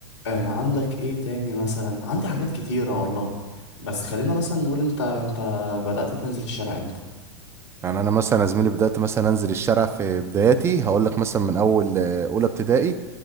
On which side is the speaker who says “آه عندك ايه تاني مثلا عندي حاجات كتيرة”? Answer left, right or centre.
Left